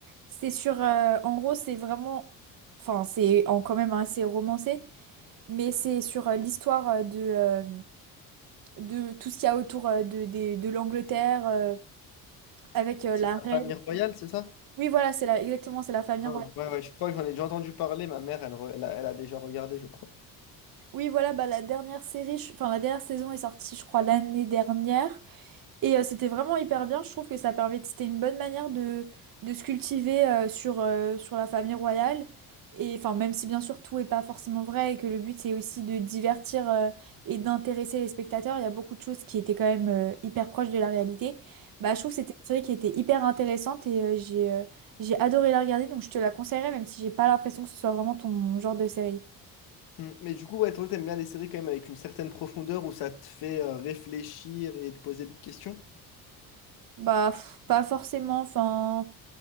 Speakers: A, on the right; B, on the left.
A: c'est sur euh, en gros c'est vraiment enfin c'est en quand même assez romancé mais c'est sur euh, l'histoire euh, de euh, de tout ce qu'il y a autour euh, de, des- de l'Angleterre euh, avec euh,
B: C'est
A: la
B: de la
A: reine.
B: famille royale, c'est ça?
A: Oui, voilà, c'est la, exactement, c'est la famille
B: Non,
A: royale.
B: Ouais, ouais, je crois que j'en ai déjà entendu parler. Ma mère, elle, re- elle a, elle a déjà regardé, je crois.
A: Oui, voilà, bah, la dernière série, je- enfin la dernière saison est sortie, je crois, l'année dernière. Et euh, c'était vraiment hyper bien. Je trouve que ça permet, c'était une bonne manière de, de se cultiver euh, sur, euh, sur la famille royale. Et enfin, même si bien sûr tout est pas forcément vrai et que le but c'est aussi de divertir euh, et d'intéresser les spectateurs, il y a beaucoup de choses qui étaient quand même euh, hyper proches de la réalité. Bah, je trouve que c'était une série qui était hyper intéressante et euh, j'ai euh, j'ai adoré la regarder. Donc je te la conseillerais, même si j'ai pas l'impression que ce soit vraiment ton genre de série.
B: Hmm, Mais du coup, ouais, toi, t'aimes bien les séries quand même avec une certaine profondeur où ça te fait euh, réfléchir et te poser des questions.
A: Bah, pff, pas forcément. Enfin.